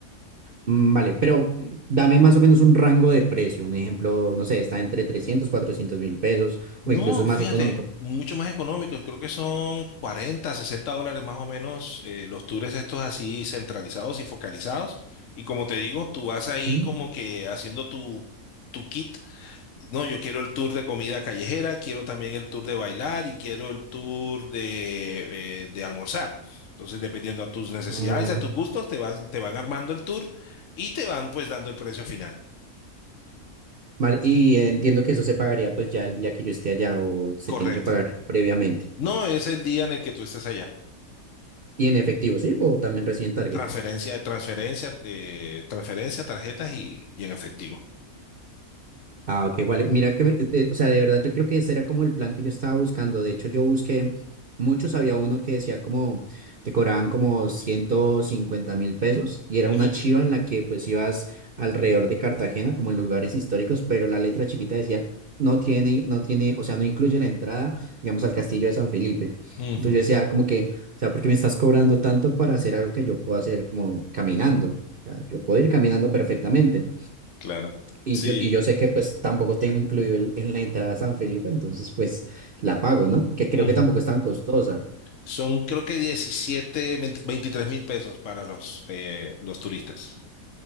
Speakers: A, on the right (about 45°); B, on the left (about 65°).
A: Mm, Vale, pero dame más o menos un rango de precio. Un ejemplo, no sé, está entre 300 cuatrocientos mil pesos
B: No,
A: o incluso es
B: fíjate,
A: más económico.
B: mucho más económico, creo que son 40 60 dólares más o menos eh, los tours estos así centralizados y focalizados. Y como te digo, tú vas
A: ok.
B: ahí como que haciendo tu, tu kit no, yo quiero el tour de comida callejera, quiero también el tour de bailar y quiero el tour de, eh, de almorzar. Entonces, dependiendo a tus necesidades,
A: Ah, vale.
B: a tus gustos, te van, te van armando el tour y te van pues dando el precio final.
A: Vale, y entiendo que eso se pagaría pues ya el día que yo esté allá o se
B: Correcto.
A: tiene que pagar previamente.
B: No es el día en el que tú estés allá.
A: Y en efectivo, ¿sí? O también reciben tarjeta.
B: Transferencia, transferencia, eh, transferencia, tarjetas y, y en efectivo.
A: Ah, ok, vale. Mira que, me- de- o sea, de verdad yo creo que ese era como el plan que yo estaba buscando. De hecho, yo busqué muchos, había uno que decía como, te cobraban como ciento cincuenta mil pesos y era
B: Ujú,
A: una chiva en la que pues ibas alrededor de Cartagena, como en lugares históricos, pero la letra chiquita decía, no tiene, no tiene, o sea, no incluye la entrada, digamos, al castillo de San Felipe.
B: ujú,
A: Entonces yo decía como que, o sea, ¿por qué me estás cobrando tanto para hacer algo que yo puedo hacer como caminando? O sea, yo puedo ir caminando perfectamente.
B: claro.
A: Y
B: Sí.
A: yo, y yo sé que pues tampoco tengo incluido el- en la entrada a San Felipe, entonces pues la pago, ¿no? Que creo
B: ujú.
A: que tampoco es tan costosa.
B: Son creo que 17 20 23 mil pesos para los, eh, los turistas.